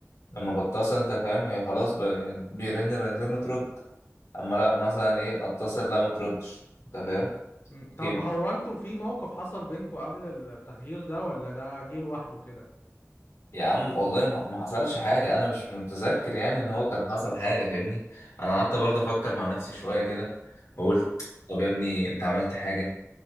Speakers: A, on the left (about 70°); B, on the left (about 50°).
A: لما بتصل أنت فاهم هي خلاص ب- بيرن رنتين وترد أما لأ مثلا إيه أتصل لأ متردش أنت فاهم
B: أمم. طب
A: كده.
B: هو انتوا في موقف حصل بينكوا قبل التغيير ده ولا ده جه لوحده كده
A: يا عم والله ما ما حصلش حاجة أنا مش متذكر يعني إن هو كان حصل حاجة فاهمني أنا قعدت برضه أفكر مع نفسي شوية كده وقلت
B: امم
A: طب يا ابني أنت عملت حاجة